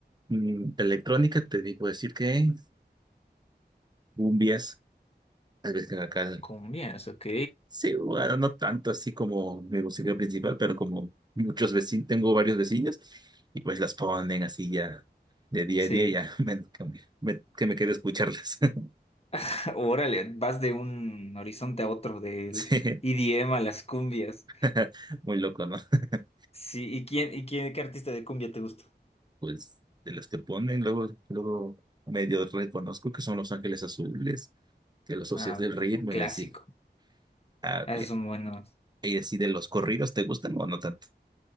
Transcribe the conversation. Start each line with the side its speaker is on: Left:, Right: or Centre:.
Right: mm, de electrónica te digo decir que cumbias, tal vez que acá
Left: Cumbias, ok.
Right: Sí, bueno, no tanto así como mi música principal, pero como muchos vecinos, tengo varios vecinos y pues las ponen así ya de día
Left: Sí.
Right: a día, ya <laughs> me, que me, me- que me quede escucharlas. <laughs>
Left: <laughs> Órale, vas de un horizonte a otro, del
Right: Sí,
Left: IDM a las cumbias.
Right: <laughs> muy loco, ¿no? <laughs>
Left: Sí, ¿y quién, y quién, qué artista de cumbia te gusta?
Right: Pues de las que ponen, luego, luego medio reconozco que son Los Ángeles Azules, que los asocias
Left: Ah,
Right: del ritmo
Left: un clásico.
Right: y así. Ah,
Left: Ah,
Right: bien.
Left: Esos son buenos.
Right: Y así de los corridos, ¿te gustan o no tanto?